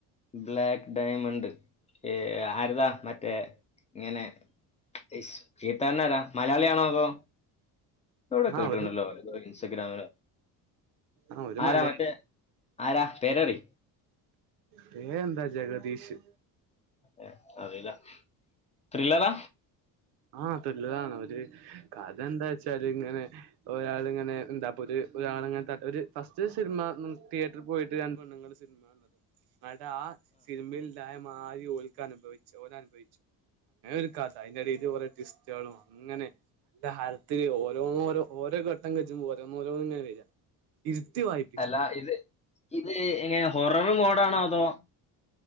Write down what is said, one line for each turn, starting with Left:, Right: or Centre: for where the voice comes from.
Left: ബ്ലാക്ക് ഡയമെണ്ട് ഏഹ് ആര്താ മറ്റേ ഇങ്ങനെ ഇസ് എഴുത്തുക്കാരനാരാ മലയാളിയാണോ അതോ എവ്ടെ കേട്ടണല്ലോ
Right: ആഹ് ഒരു
Left: ഇതോ ഇൻസ്റ്റഗ്രാമിലോ
Right: ആഹ് ഒരു
Left: ആരാ
Right: മലയാളി
Left: മറ്റേ ആരാ പേരറി
Right: പേരെന്താ ജഗദീഷ്
Left: ഏഹ് അറീല്ല ത്രില്ലറാ
Right: ആഹ് ത്രില്ലതാണ് ഒര് കഥയെന്താച്ചാലിങ്ങനെ ഒരാളിങ്ങനെ എന്താപ്പൊരു ഒരാളിങ്ങനെ ഒരു ഫസ്റ്റ് സിനിമ തിയേറ്ററിൽ പോയിട്ട് കാണുവാ നിങ്ങള് സിനിമകണ്ടതും ന്നട്ട് ആഹ് സിനിമയില്ലായ്മ മാരി ഓൽക്ക അനുഭവിച്ചു ഓനനുഭവിച്ചു അങ്ങനൊരു കഥ അയിന്റെടേല് ഓരോ ട്വിസ്റ്റുകളും അങ്ങനെ എന്റെ ഹാർദിക്കെ ഓരോന്നോരോന്ന് ഓരോ ഘട്ടം വെച്ച് ഓരോന്നോരോന്നു വരിക ഇരുത്തി വായി
Left: അല്ല ഇത് ഇത് എങ്ങനെ ഹൊററ് മോഡാണോ അതോ